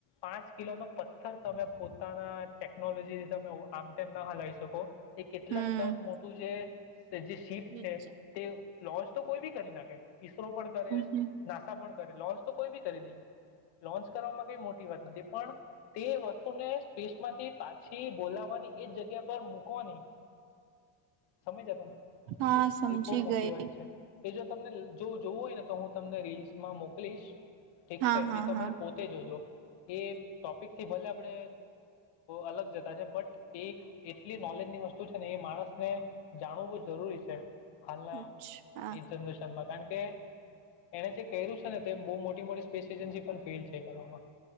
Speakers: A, on the left; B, on the right.
A: પાંચ કિલો નો પથ્થર તમે પોતાના ટેકનોલોજીથી તમે આમ તેમ ના હલાવી શકો એ કેટલા
B: હમ
A: ટન મોટું જે જે શીપ
B: હમ
A: છે તે લોન્ચ તો કોઈ બી કરી નાખે ઈસરો પણ કરે
B: હમ
A: આશા પણ કરે લોન્ચ તો કોઈ બી કરી દે લોન્ચ કરવામાં કઈ મોટી વાત નથી પણ તે વસ ને સ્પીસમાંથી પાછી થી બોલાવવાની એ જ જગ્યા પર મૂકવાની સમજ્યા તમે.
B: હા સમજી
A: એ બહુ મોટી
B: ગઈ.
A: વાત છે એ જો તમને જો જોવું હોય ને તો હું તને તમને રીલ્સમાં મોકલીશ. ઠીક
B: હા
A: છે
B: હા
A: એ તમે
B: હા
A: પોતે જોજો. એ ટોપિકથી ભલે આપણે અલગ જતા છે બટ એક એટલી નોલેજની વસ્તુ છે ને એ માણસને જાણવું બહુ જરૂરી છે. હાલા
B: અચ્છા
A: એ જનેરશન પણ <unintelligible> બે એને જે કર્યું છે ને તે બહુ મોટી મોટી સ્પેસ એજન્સી પણ ફેલ છે કરવામાં.